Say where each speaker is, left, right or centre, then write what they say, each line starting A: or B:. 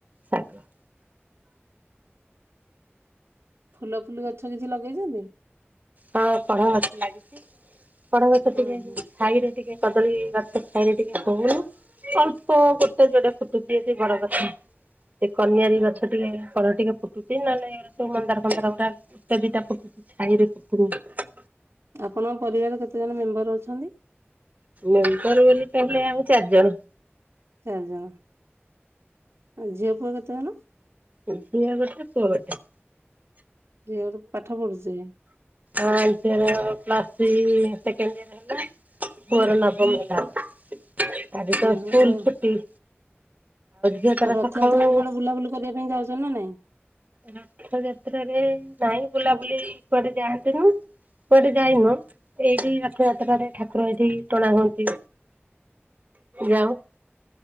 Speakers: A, on the right; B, on the right.
A: ଶାଗ। <inaudible>
B: ଫୁଲ ଫୁଲି ଗଛ କିଛି ଲଗେଇଚନ୍ତି?
A: ହଁ କଢ ଗଛ ଲାଗିଛି କଢ ଟିକେ
B: ହଁ
A: ଏ ଯଉ
B: ହଁ।
A: ଛାଇରେ ଟିକେ। କଦଳୀ ଗଛ ଛାଇରେ ଟିକେ ହଉନି। ଅଳ୍ପ ଗୋଟେ, ଯୋଡେ ଫୁଟୁଚି ଯଦି ବଡ କଥା। ସେ କନିଆାରୀ
B: ହୁଁ
A: ଗଛ ଟିକେ କଢ ଟିକେ ଫୁଟୁଛି ନହେଲେ ଏରା ସଵୁ ମନ୍ଦାର। ଗଛ ଟୋଟାଲ୍ ଗୋଟେ, ଦିଟା ଫୁଟୁଛି ଛାଇ ରେ ଫୁଟୁ ନି।
B: ଆପଣଙ୍କ ପରିବାରରେ କେତେ ଜଣ ମେମ୍ବର ଅଛନ୍ତି?
A: ମେମ୍ବର ବୋଲି ତାହାଲେ ଆମେ ଚାର୍ ଜଣ।
B: ଚାରି ଜଣ ଆ ଝିଅ, ପୁଅ କେତେ ଜଣ?
A: ଝିଅ ଗୋଟେ, ପୁଅ ଗୋଟେ।
B: ଝିଅ ଗୋଟେ ପାଠ ପଢୁଥିବେ?
A: ଆ ଝିଅର ପ୍ଲସ୍ ସି ସେକେଣ୍ଡିୟର ହେଲା ପୁଅ ର ନବମ ହେଲା। ଆଜି ତ
B: ଓହୋ
A: ସ୍କୁଲ
B: ଆଉ
A: ଛୁଟି। ଝିଅ ତାର
B: ଆଉ ରଥଯାତ୍ରାକୁ
A: ସକାଳୁ
B: କୁଆଡେ ବୁଲାବୁଲି କରିବା ପାଇଁ ଯାଉଚ଼ ନା ନାଇଁ?
A: ରଥଯାତ୍ରାରେ ନାଇଁ ବୁଲାବୁଲି କୁଆଡେ ଯାଆନ୍ତିନି। କୁଆଡେ ଯାଇନୁ ଏଇଠି ରଥଯାତ୍ରାରେ ଠାକୁର ଏଇଠି ଟଣା ହୁଅନ୍ତି। ଯାଉ।